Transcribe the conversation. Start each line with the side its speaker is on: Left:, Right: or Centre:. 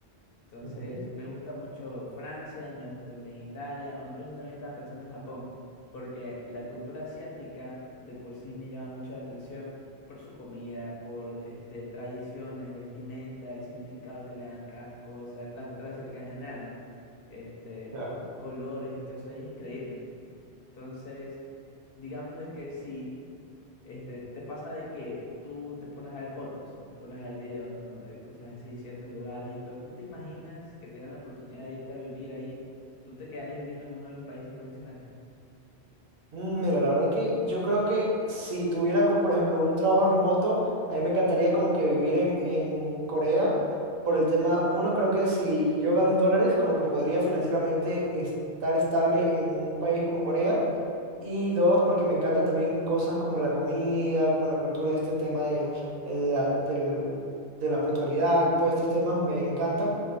Left: Entonces,
Right: ujú,
Left: me gusta mucho Francia, me gusta también Italia, o incluso también estaba pensando en Japón, porque la cultura asiática de por sí me llama mucho la atención por su comida, por este, tradiciones, vestimenta, el significado que le dan a cada cosa, la cultura asiática en general, ¿no? Este,
Right: claro.
Left: colores y todo eso ahí es increíble. Entonces, digamos de que si este, te pasa de que tú te pones a ver fotos o te pones a ver videos, ¿no? De cosas así, ciertos lugares y todo. ¿Tú te imaginas que te dan la oportunidad de irte a vivir ahí? ¿Tú te quedarías viviendo en uno de los países que mencionaste?
Right: Mm, Mira, la verdad que yo creo que si tuviera, como por ejemplo, un trabajo remoto, a mí me encantaría como que vivir en, en Corea. Por el tema, uno, creo que si yo gano en dólares, como que podría financieramente estar estable en un país como Corea. Y dos, porque me encanta también cosas como la comida, como la cultura, este tema del, el- la- del- de la puntualidad, todos estos temas me encantan.